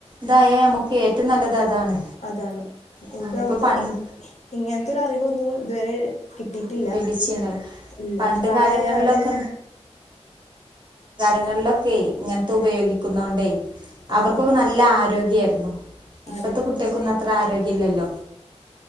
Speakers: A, on the right; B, on the left.
A: ഇതായ നമുക്ക് ഏറ്റവും നല്ലത് അതാണ്
B: അതാണ്
A: അതാണ്
B: ഇതിപ്പോ നമുക്ക്
A: ഇതൊന്നും
B: ഇങ് ഇങ്ങനത്തെ ഒരു അറിവ് ഒന്നും ഇതുവരെ കിട്ട് കിട്ടിട്ടില്ല
A: ലഭിച്ചിണ്ടാവില്ല
B: ഇല്ല
A: പണ്ട്
B: പ്രായമായ
A: കാലങ്ങളിലൊക്കെ
B: ആരും
A: ങ്ങളിലൊക്കെ ഇങ്ങനത്തെ ഉപയോഗിക്കുന്നോണ്ടേ
B: ആ
A: അവർക്കൊക്കെ നല്ല ആരോഗ്യയിരുന്നു ഇപ്പത്തെ
B: ആരോഗ്യമാണ്
A: കുട്ടിക്കൊന്നും അത്ര ആരോഗ്യ ഇല്ലല്ലോ